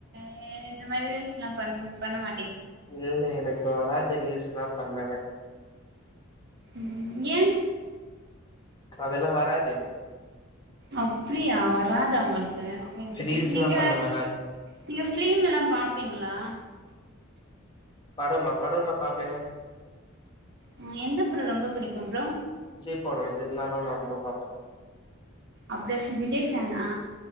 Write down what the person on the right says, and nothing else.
அ இந்த மாரி ரீல்ஸ் எல்லாம் பன் பண்ண மா
ம் ஏ
அப் ஃப்ரீ ஆ வராதா உங்களுக்கு சீன் செரி
நீங்க
நீங்க ஃப்ரீம் எல்லாம் பாப்பிங்ளா
ம் எந்த புட ரொம்ப புடிக்கும் ப்ரோ
அப்டியாஃப் விஜய் ஃபேனா